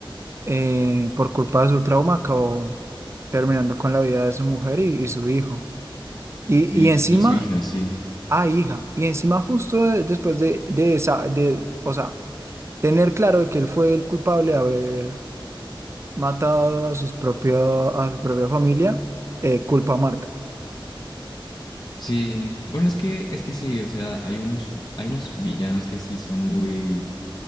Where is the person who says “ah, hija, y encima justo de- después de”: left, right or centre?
Right